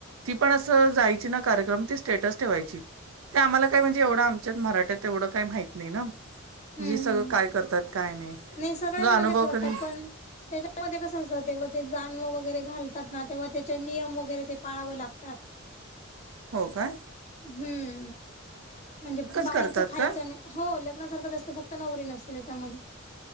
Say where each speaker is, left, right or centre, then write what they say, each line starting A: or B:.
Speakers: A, on the right; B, on the left.
A: ती पण असं जायची ना. कार्यक्रम ती स्टेटस ठेवायची. ते आम्हाला काय म्हणजे एवढं आमच्यात मराठ्यात एवढं काही माहित नाही ना. म्हणजे
B: हम्म
A: हे सगळं
B: हम्म
A: काय करतात. काय नाही.
B: नाही. सगळ्यांमध्ये
A: तुझा अनुभव
B: करतात.
A: कधी
B: पण तेज्या मध्ये कसं असतं. तेव्हा ते जाणव वगैरे घालतात ना तेव्हा त्याचे नियम वगैरे ते पाळावं लागतात.
A: हो का?
B: हम्म. म्हणजे बाहेरचं
A: करतात
B: खायचं
A: का
B: नाही. हो लग्नासारखं जास्त फक्त नवरी नसते त्याच्यामध्ये.